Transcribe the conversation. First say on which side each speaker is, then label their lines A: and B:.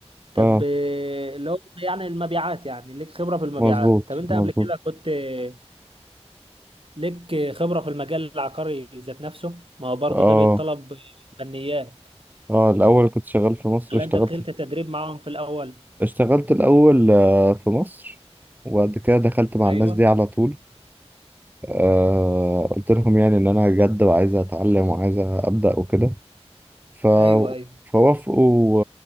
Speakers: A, on the right; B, on the right.
A: طب
B: اه
A: آه، اللي هو يعني المبيعات يعني ليك خبرة في المبيعات
B: مظبوط
A: طب انت
B: مظبوط
A: قبل كده كنت آه، ليك آه، خبرة في المجال العقاري ذات نفسه ما هو برضه
B: اه
A: ده بيتطلب فنيات
B: اه الأول كنت شغال في مصر
A: ولا
B: اشتغلت
A: انت دخلت تدريب معاهم في الاول
B: اشتغلت الأول آه، في مصر وبعد كده دخلت مع
A: ايوه
B: الناس دي على طول آه، قلت لهم يعني إن أنا جد وعايز أتعلم وعايز أبدأ وكده ف...
A: ايوه ايوه
B: فوافقوا